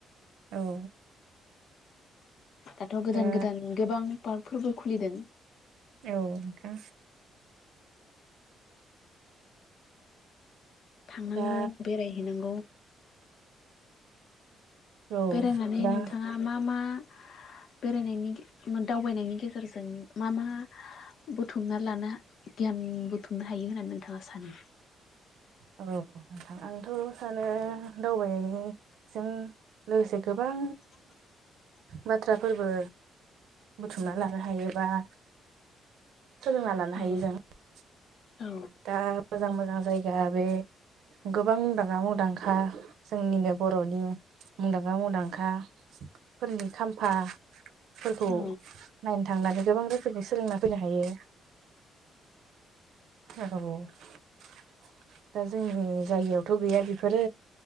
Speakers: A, on the right (about 75°); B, on the left (about 65°).
A: औ
B: दाथ' गोदान
A: दा
B: गोदान गोबां पार्कफोरबो खुलिदों
A: औ नोंथां
B: थांनांगौ
A: दा
B: बेरायहैनांगौ
A: औ
B: बेरायनानै
A: दा
B: नोंथाङा मा मा बेरायनायनि दावबायनायनि गेजेरजों मा मा बुथुमना लानो गियान बुथुमनो हायो होननानै नोंथाङा सानो
A: औ नोंथां आंथ' सानो दावबायनायनिसिम लोगोसे गोबां
B: लांदां
A: बाथ्राफोरबो बुथुमना लानो हायोबा -' सोलोंना लानो
B: औ
A: हायो जों ।
B: औ
A: दा मोजां मोजां जायगा बे गोबां मुंदांखा मुंदांखा जोंनिनो बर'नि मुंदांखा मुंदांखाफोरनि खाम्फा फोरखौ
B: औ
A: नायनो थांनानै गोबां रोखोमनि सोलोंना फैनो हायो औ दा जोंनि जायगायावथ' गैया बेफोरो